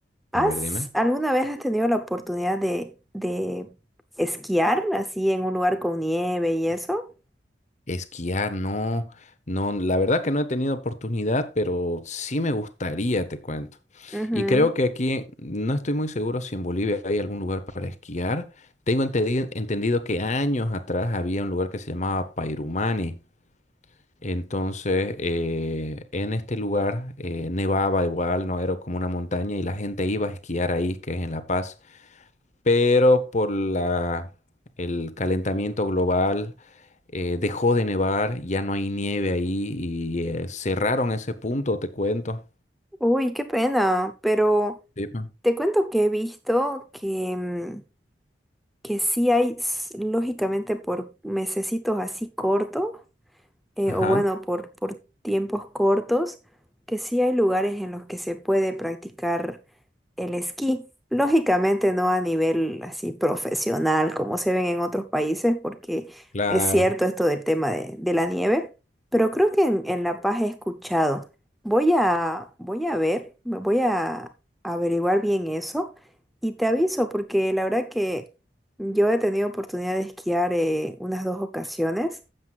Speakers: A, in the centre; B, on the left (about 40°).
A: ¿Has
B: A ver, dime.
A: alguna vez has tenido la oportunidad de, de esquiar así en un lugar con nieve y eso?
B: Esquiar, no, no, la verdad que no he tenido oportunidad, pero sí me gustaría, te cuento.
A: Ujú.
B: Y creo que aquí, no estoy muy seguro si en Bolivia hay algún lugar para esquiar. Tengo entendido, entendido que años atrás había un lugar que se llamaba Pairumani. Entonces, eh, en este lugar eh, nevaba igual, no era como una montaña y la gente iba a esquiar ahí, que es en La Paz pero por la, el calentamiento global eh, dejó de nevar, ya no hay nieve ahí y eh, cerraron ese punto, te cuento.
A: Uy, qué pena, pero
B: Sí, pa.
A: te cuento que he visto que, mm, que sí hay, s- lógicamente, por mesecitos así cortos, eh,
B: Ajá,
A: o bueno, por, por tiempos cortos, que sí hay lugares en los que se puede practicar el esquí. Lógicamente no a nivel así profesional como se ven en otros países, porque
B: claro,
A: es cierto esto del tema de, de la nieve, pero creo que en, en La Paz he escuchado. Voy a, voy a ver, me voy a averiguar bien eso y te aviso, porque la verdad que yo he tenido oportunidad de esquiar eh, unas dos ocasiones.